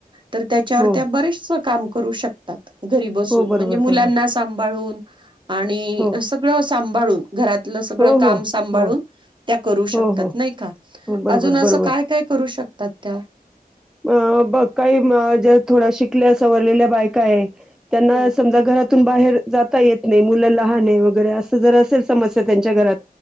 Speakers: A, on the right; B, in the centre.
A: तर त्याच्यावर
B: हो
A: त्या बरेचस काम करू शकतात. घरी बसून
B: हो बरोबर
A: म्हणजे मुलांना
B: बरोबर
A: सांभाळून आणि
B: हो
A: सगळं असं सांभाळून घरातलं सगळं
B: हो
A: काम
B: हो
A: सांभाळून
B: हो
A: त्या करू
B: हो
A: शकतात,
B: हो
A: नाही का
B: हो बरोबर
A: अजून असं
B: बरोबर
A: काय काय करू शक तात त्या?
B: अ बघ काही ज्या थोड्या शिकल्या सवरलेल्या बायका आहे त्यांना
A: हम्म.
B: समजा घरात तून बाहेर जात येत नाही मुल लहान आहे वगैरे अस जर असेल समस्या त्यांच्या घरात